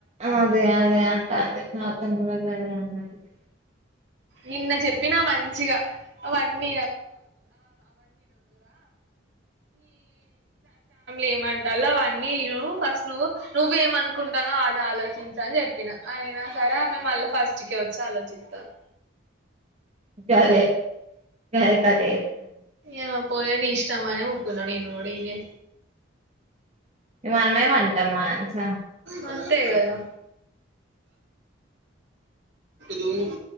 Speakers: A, on the right (about 35°); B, on the right (about 65°).
A: అదే అదే అంటంది నా తోనీ కూడా అదే అంటంది
B: నిన్న చెప్పినా మంచిగా <unintelligible> ఏమంటలో అవన్నీ ఫస్ట్ నువ్వు నువ్వ ఏమనుకుంటానో అది ఆలోచించు అని చెప్పిన అయినా సరే ఆమె మళ్ళీ ఫస్ట్ కే వచ్చి ఆలోచిత్తంది
A: గదే గద్ క తీత్ <unintelligible>
B: ఏమో పోవే నీ ఇష్టమ్ అని ఊకున నేన్ గుడ ఇ ఎ
A: మనమేం అంటాం మానస
B: వంతే కదా దోమ్ కుడ్ <unintelligible>